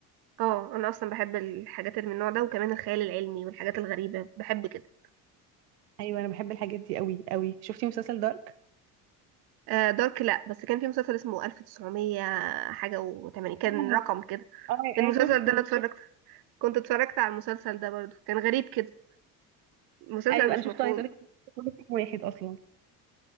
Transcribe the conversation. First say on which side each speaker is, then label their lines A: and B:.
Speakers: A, on the right; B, on the right.
A: اه انا اصلا بحب الحاجات اللي من النوع ده وكمان الخيال العلمي والحاجات الغريبه بحب كده
B: ايوه انا بحب الحاجات دي قوي قوي شفتي مسلسل دارك
A: آه دارك لا بس كان في مسلسل اسمه 1900 حاجه وتمانين كان
B: اه
A: رقم كده
B: اه
A: المسلسل
B: ايه شفت
A: ده انا اتفرجت
B: شفت
A: كنت اتفرجت على المسلسل ده برضو كان غريب كده مسلسل
B: أيوة
A: مش
B: أنا شفته
A: مفهوم
B: عايزة أقولك كله في واحد اصلا